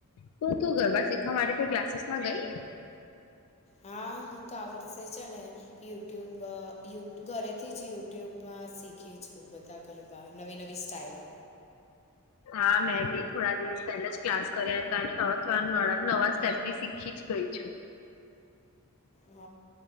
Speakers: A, on the left; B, on the left.
A: તો તું ગરબા શીખવા માટે તો ક્લાસીસ માં ગઈ
B: હા હું તો આ વર્ષે છે ને યુટ્યુબયુ ઘરેથી જ યુટ્યુબમાં શીખી છું બધા ગરબા નવી નવી સ્ટાઇલો
A: હા મેં બી થોડા દિવસ પહેલા જ ક્લાસ કર્યા હતા અને હવે થો નવા સ્ટેપ બી શીખી છે ગઈ છું
B: હ